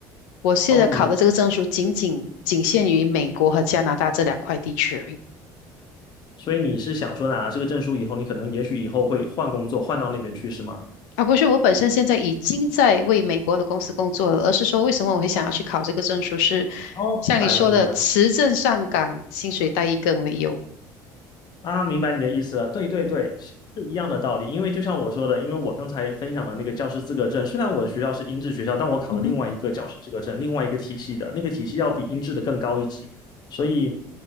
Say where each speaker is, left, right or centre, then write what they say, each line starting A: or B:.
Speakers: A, on the left (about 85°); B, on the left (about 50°).
A: 我现在考的这个证书仅仅仅限于美国和加拿大这两块地区而已。
B: 哦，明，所以你是想说拿了这个证书以后，你可能也许以后会换工作，换到那边去，是吗？
A: 而不是，我本身现在已经在为美国的公司工作了，而是说为什么我会想要去考这个证书是，
B: 哦，明白了，
A: 像你说的，
B: 明白。
A: 持证上岗，薪水待遇更为优。
B: 啊，明白你的意思了。对对对，是一样的道理。因为就像我说的，因为我刚才分享的那个教师资格证，虽然我的学校是英制学校，但我考了另外一个教师资格证，
A: 嗯哼。
B: 另外一个体系的，那个体系要比英制的更高一级。所以